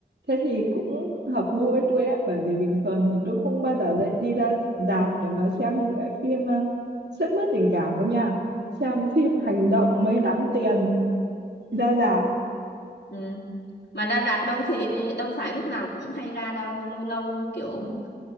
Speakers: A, on the right (about 80°); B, on the left (about 85°).
A: thế thì cũng hợp gu với tôi á, bởi vì bình thường thì tôi không bao giờ dậy đi ra rạp để mà xem những cái phim à, sướt mướt tình cảm đâu nha. Xem phim hành động mới đáng tiền ra rạp.
B: ừ. mà ra rạp đâu khi đâu phải lúc nào cũng hay ra đâu lâu lâu kiểu